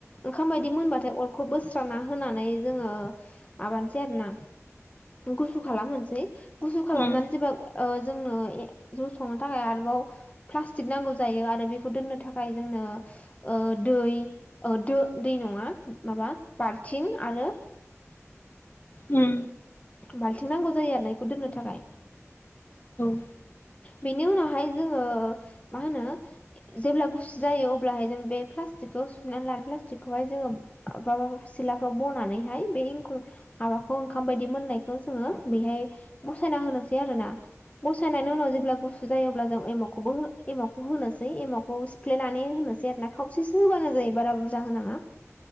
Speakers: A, on the left; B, on the left.
A: ओंखाम बायदि मोनबाथाय अरखौ बोस्राना होनानै जोंङो माबानोसै आरो ना। गुसु खालाम होनसै गुसु
B: औ
A: खालामनानै जेब्ला। ओ जोंनो जौ संनो थाखाय आरोबाव। प्लास्टिक नांगौ जायो आरो बेखौ दोननो थाखाय जोंनो। दै दै नङा माबा बाल्थिं आरो।
B: उम।
A: बाल्थिं नांगौ जायो आरो ना बेखौ दोननो थाखाय।
B: औ
A: बेनि उनावहाय जोंङो मा होनो। जेब्ला गुसु जायो अब्लाहाय जों बे प्लास्टिकखौ सुनानै लानो प्लास्टिकखौहाय जोंङो। माबा सिलाफ्राव बनानैहाय एंखुर माबाखौ ओंखाम बायदि मोननाय। जोंङो बेहाय बसायना होनोसै आरोना बसायनानै उनाव जेब्ला गुसु। जायोब्ला जों एमखौबो एमावखौ होनोसै एमावखौ सिफ्ले लनानै होनोसै आरो ना खावसेसो होबानो जायो बारा बुरजा होनाङा